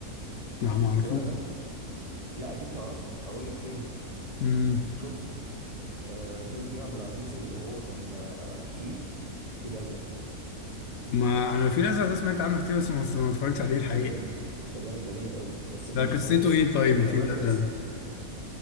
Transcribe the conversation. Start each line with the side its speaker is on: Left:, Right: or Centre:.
Left: لا معرفوش
Right: ولا ده لا اكيد تعرفه هقول لك فين
Left: مم.
Right: شفت آه فيلم كريم عبد العزيز اللي هو كان آه الفيل الفيل الازرق
Left: ما أنا الفيل الأزرق ده سمعت عنه كتير بس ما ما اتفرجتش عليه الحقيقة
Right: ده جامد ده جامد ده جامد قوي بس ماشي
Left: ده قصته
Right: خلاص
Left: إيه طيب
Right: شفت
Left: الفيل
Right: اولاد
Left: الأزرق
Right: رزق
Left: ده؟